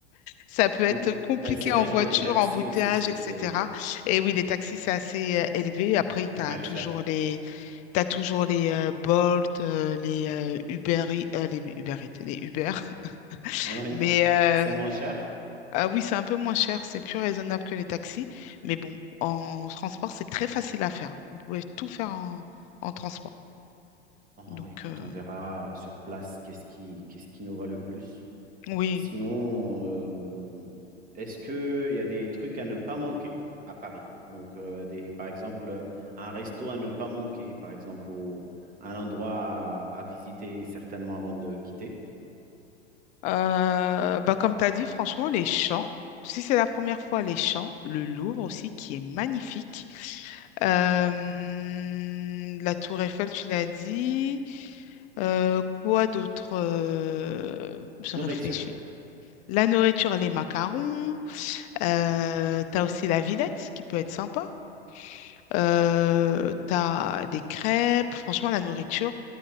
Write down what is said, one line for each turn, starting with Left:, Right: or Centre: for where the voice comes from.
Left: Ça peut être
Right: Non,
Left: compliqué
Right: mais c'est vrai
Left: en voiture,
Right: que les taxis
Left: embouteillage,
Right: aussi, c'est,
Left: etc.
Right: c'est
Left: Et oui, les taxis, c'est assez euh, élevé. Après, tu
Right: hyper
Left: as toujours
Right: cher.
Left: les, t'as toujours les euh, Bolt, euh, les euh, Uber, Eats- euh, les Uber, Eats, les Uber. <laughs>
Right: Oui,
Left: Mais euh,
Right: c'est moins cher.
Left: ah oui, c'est un peu moins cher, c'est plus raisonnable que les taxis. Mais bon, en transport, c'est très facile à faire. Vous pouvez tout faire en, en transport.
Right: Oh,
Left: Donc,
Right: écoute,
Left: euh,
Right: on verra sur place qu'est-ce qui, qu'est-ce qui nous va le plus.
Left: oui.
Right: Sinon, euh, est-ce qu'il y a des trucs à ne pas manquer à Paris? Donc, euh, des, par exemple, un resto à ne pas manquer, par exemple, au- un endroit à, à visiter certainement avant de quitter.
Left: Euh, bah, comme tu as dit, franchement, les champs. Si c'est la première fois, les champs, le Louvre aussi, qui est magnifique.
Right: Mhm.
Left: Euh, la tour Eiffel, tu l'as dit. Euh, quoi d'autre? euh, Je
Right: Nourriture.
Left: réfléchis. La nourriture, les macarons. Euh,
Right: Mhm,
Left: t'as aussi la Villette qui peut être sympa. Euh, t'as des crêpes. Franchement, la nourriture.